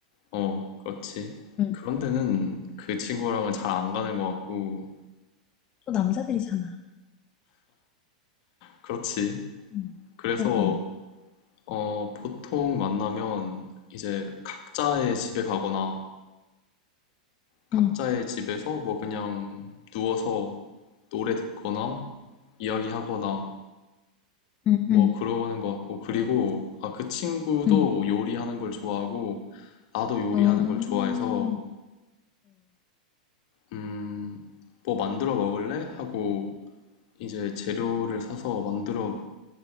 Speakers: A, on the left; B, on the left.
A: 어, 그렇지.
B: 응.
A: 그런 데는 그 친구랑은 잘 안 가는 것 같고,
B: 또 남자들이잖아.
A: 그렇지.
B: 응,
A: 그래서,
B: 응, 응,
A: 어, 보통 만나면 이제 각자의 집에 가거나, 각자의
B: 응,
A: 집에서 뭐 그냥 누워서 노래 듣거나, 이야기하거나,
B: 응,
A: 뭐
B: 응.
A: 그러는 것 같고, 그리고, 아, 그 친구도
B: 응.
A: 요리하는 걸 좋아하고, 나도 요리하는
B: 어, 어,
A: 걸 좋아해서, 음, 뭐 만들어 먹을래? 하고 이제 재료를 사서 만들어